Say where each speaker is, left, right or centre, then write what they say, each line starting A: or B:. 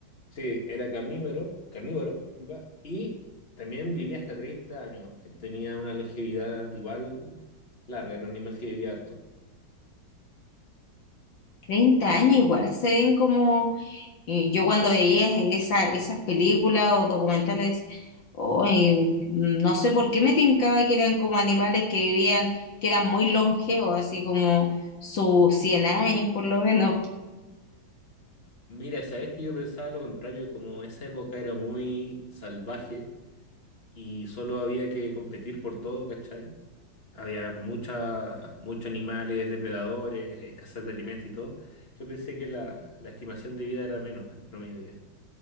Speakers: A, on the left (about 30°); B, on the left (about 65°).
A: Sí, era carnívoro, carnívoro, disculpa, y también vivía hasta 30 años. Tenía una longevidad igual larga, era un animal que vivía harto.
B: 30 años igual se ven como eh, yo cuando veía esa, esas películas o documentales, oh, eh, no sé por qué me tincaba que eran como animales que vivían, que eran muy longevos, así como sus 100 años por lo menos.
A: Mira, sabes que yo pensaba lo contrario, como esa época era muy salvaje y solo había que competir por todo, ¿cachai? había mucha, muchos animales, depredadores, escasez de alimentos y todo. Yo pensé que la, la estimación de vida era menos, el promedio de vida.